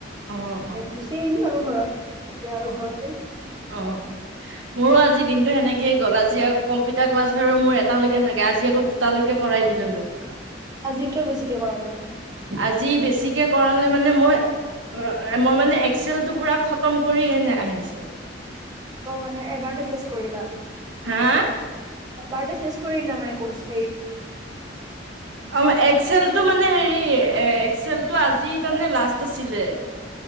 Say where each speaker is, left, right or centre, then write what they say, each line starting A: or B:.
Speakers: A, on the right (about 80°); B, on the right (about 20°).
A: অ
B: দেন
A: অ
B: গুচি আহিলো আৰু ঘৰত এতিয়া আৰু
A: অ
B: ঘৰতে
A: অ মোৰো আজি দিনটো সেনেকে গ'ল আজি কম্পিউটাৰ ক্লাছ আৰু মোৰ এটালৈকে থাকে আজি আকৌ দুটালৈকে কৰাই দিলে মোক
B: আজি কিয় বেছিকে কৰালে
A: আজি বেছিকে কৰালে মানে মই অ মই মানে এক্সেলটো পুৰা খতম কৰি এনে আহিছো
B: অ মানে এবাৰতে সেজ কৰিলা
A: হা
B: এবাৰতে শেষ কৰি দিলা মান কোৰ্চ
A: আমাৰ এক্সেলটো মানে হেৰি এ এক্সেলটো আজি তাৰমানে লাষ্ট আছিলে এ